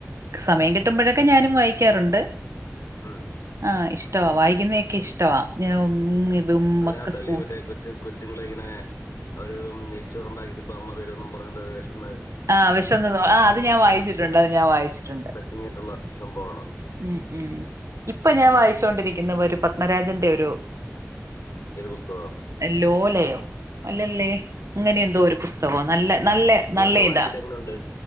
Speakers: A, on the right (about 70°); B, on the left (about 70°).
A: സമയം കിട്ടുമ്പോഴൊക്കെ ഞാനും വായിക്കാറുണ്ട്
B: ഉം
A: ആഹ് ഇഷ്ടവാ വായിക്കുന്നത് ഒക്കെ ഇഷ്ടവാ ഇത് ഉമ്മക്ക്
B: അതിനകത്തല്ലേ
A: സ്കൂ
B: ഇവരെ കൊച്ച് കൊച്ച് കൊച്ചുങ്ങളെ ഇങ്ങനെ അവര് നെയ്ച്ചോറണ്ടാക്കിത് ഇപ്പം അമ്മതരോന്നും പറഞ് വെഷന്ന്
A: ആഹ് വിശന്ന് ആഹ് അത് ഞാൻ വായിച്ചിട്ടുണ്ട് അത് ഞാൻ വായിച്ചിട്ടുണ്ട്
B: ങ്ങിയിട്ടുള്ള സംഭവആണ്
A: ഉം ഉം ഇപ്പൊ ഞാൻ വായിച്ചുകൊണ്ടിരിക്കുന്ന ഒരു പത്മരാജന്റെ ഒരു
B: ഏത് പുസ്തകമാണ്
A: ല്ലോലയോ അല്ലല്ലേ ഇങ്ങനെ എന്തോ ഒരു പുസ് പുസ്തക നല്ലെ നല്ലെ
B: എങ്ങനെയുണ്ട്
A: നല്ല
B: വായിച്ചിട്ട്
A: ഇതാ
B: എങ്ങനെയുണ്ട്